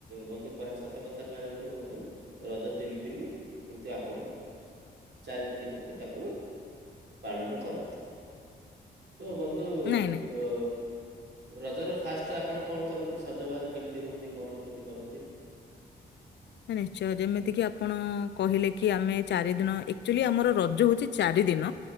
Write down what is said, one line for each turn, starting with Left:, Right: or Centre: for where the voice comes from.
Right: ବନ୍ଧୁ କହେ ସତ କଥା କହିବାକୁ ଗଲେ ବନ୍ଧୁ ରଜ ତିନି ଦିନି କିନ୍ତୁ ଆପଣ ଚାରି ଦିନି କହିକି ତାକୁ ପାଳନ କରନ୍ତି। ତ ବନ୍ଧୁ
Left: ନାଇଁ ନାଇଁ
Right: ଅ, ରଜର ଫାଷ୍ଟ ଆପଣ କଣ କରନ୍ତି ସଜବାଜ କେମିତି ହୁଅନ୍ତି କଣ କେମିତି କରନ୍ତି?
Left: ହଁ ନିଶ୍ଚୟ ଯେମିତିକି ଆପଣ କହିଲେ କି ଆମେ ଚାରି ଦିନ ଏକ୍ଚୁଲି ଆମର ରଜ ହଉଛି ଚାରି ଦିନ।